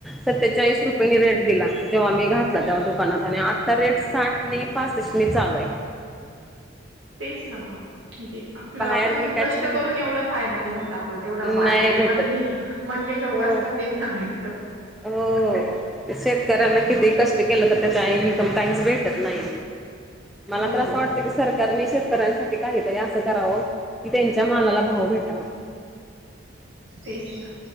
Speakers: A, in the centre; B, on the right (about 80°).
A: सत्तेचाळीस रुपयाेनी रेट दिला जेव्हा मी घातला तेव्हा दुकानात आणि आता रेट साठ न पाच. नी चालू आहे.
B: तेच ना मग. आपलं
A: बाहेर
B: आपण
A: विकायचं
B: कष्ट
A: म्हण
B: करून एवढा फायदा नाही होत आपला तेवढं बाकी
A: नाही
B: जे
A: भेटत
B: म्हणले. लोक
A: हो
B: असतात त्यांना भेट.
A: हो शेतकरऱ्या्यां ना केत कष्ट केला तर. तर का इन्कम टॅक्स भेटत नाही. मला
B: हो
A: त्र असं वाटतं की सरकारने शेतकऱ्यांसाठी काहीतरी असं करावं क. त्यांच्या मालाला भाव भेटावा.
B: तेच ना